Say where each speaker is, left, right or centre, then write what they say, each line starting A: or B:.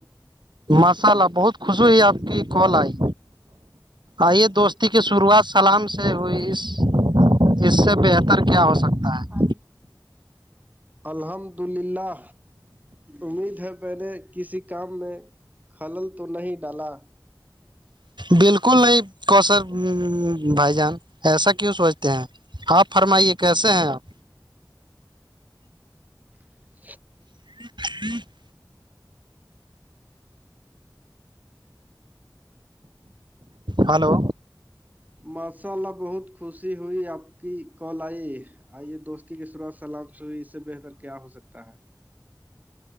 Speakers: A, on the right (about 75°); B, on the right (about 20°).
A: ماشاء اللہ بہت خوشی ہوئی آپ کی کال آئی آئیے دوستی کی شروعات سے سلام سے ہوئی اس اس سے بہتر کیا ہو سکتا ہے
B: ہاں الحمد للہ امید ہے پہ نےے کسی کام میں حلل تو نہیں ڈالا
A: بالکل نہیں کوشر بھائی جان ایسا کیوں سوچتے ہیں آپ فرمائیے کیسے ہیں آپ
B: <inaudible>
A: ہ ہلو
B: ماشاء اللہ بہت خوشی ہوئی آپ کی کال آئی آئیے دوستی کی شروعات سلام س اس سے بہتر کیا ہو سکتا ہے